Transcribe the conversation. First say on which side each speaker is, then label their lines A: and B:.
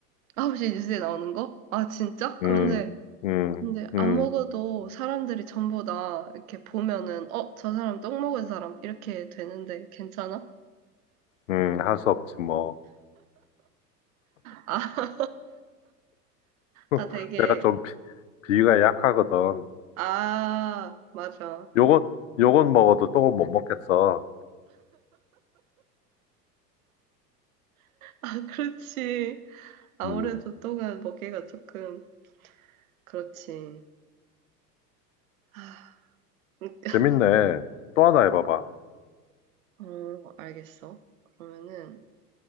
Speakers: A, on the right (about 60°); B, on the left (about 55°).
A: 9시 뉴스에 나오는 거? 아, 진짜? 그런데,
B: 음, 음,
A: 근데
B: 음,
A: 안 먹어도 사람들이 전부 다 이렇게 보면은, 어, 저 사람 똥 먹은 사람. 이렇게 되는데 괜찮아?
B: 음, 할 수 없지, 뭐.
A: 아,
B: <laughs>
A: 아 되게,
B: 내가 좀 비, 비위가 약하거든.
A: 아, 맞아.
B: 요건, 요건 먹어도 똥은 못 먹겠어.
A: 아, 그렇지. 아무래도
B: 음.
A: 똥은 먹기가 조금 그렇지. 아, <laughs>
B: 재밌네. 또 하나 해봐봐.
A: 어, 알겠어. 그러면은